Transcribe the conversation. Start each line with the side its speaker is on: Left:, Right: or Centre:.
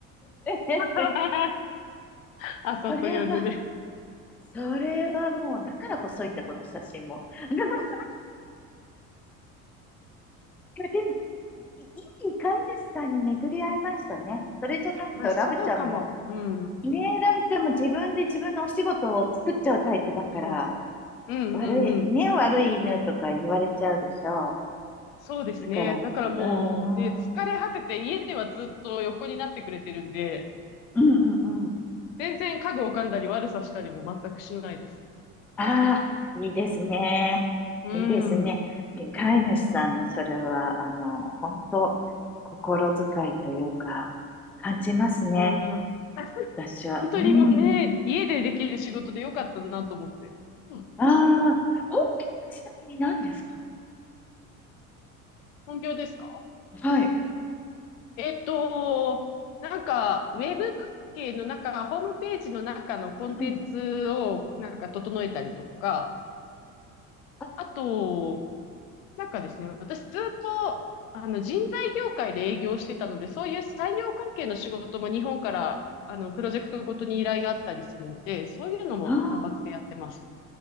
Centre: え
Left: <laughs>
Centre: <laughs>
Left: 朝と夜で。
Centre: それは、それはもう、だから細いんだ、この写真も。<laughs> なんか、
Left: <laughs>
Centre: でも、いいい飼い主さんに巡り合いましたね。それじゃないと、
Left: まあ、そうかも。
Centre: ラブちゃんも、
Left: うん。
Centre: ねえ、ラブちゃんも自分で自分のお仕事を作っちゃうタイプだから、
Left: うん。うんうんうん。
Centre: 悪い、ね悪い犬とか言われちゃうでしょ
Left: そうですね。
Centre: う。だから、うーん、
Left: だからもうね、疲れ果てて家ではずっと横になってくれてるんで、
Centre: うんうんうん。
Left: 全然家具を噛んだり悪さしたりも全くしないです。
Centre: ああ、いいですね。
Left: うん。
Centre: いいですね。飼い主さんのそれは、あの、本当心遣いというか、感じますね。
Left: ねえ。<laughs>
Centre: 私は。
Left: 本当にもうね、
Centre: うん。
Left: 家でできる仕事でよかったなと思って。うん。
Centre: ああ、本気はちなみに何ですか
Left: 本業ですか
Centre: はい。
Left: えっと、なんか、ウェブ関係の中、ホームページの中のコンテンツをなんか整えたりとか、
Centre: うんうん。あ
Left: あと、なんかですね、私ずっと、あの、人材業界で営業してたので、そういう採用関係の仕事も日本から、あの、プロジェクトごとに依頼があったりするので、そういうのも単発でやってます。
Centre: あ